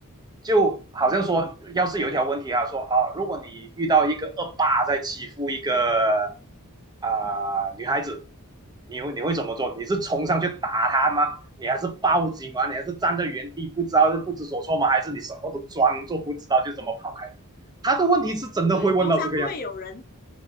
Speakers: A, on the right (about 20°); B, on the left (about 40°).
A: 就好像说，
B: 嗯，
A: 要是有一条问题啊，说啊，如果你遇到一个恶霸在欺负一个啊、呃女孩子，你会你会怎么做？你是冲上去打他吗？你还是报警吗？你还是站在原地不知道不知所措吗？还是你什么都装作不知道就这么跑开了他的问题是真的会问到这个样子，
B: 对，通常不会有人，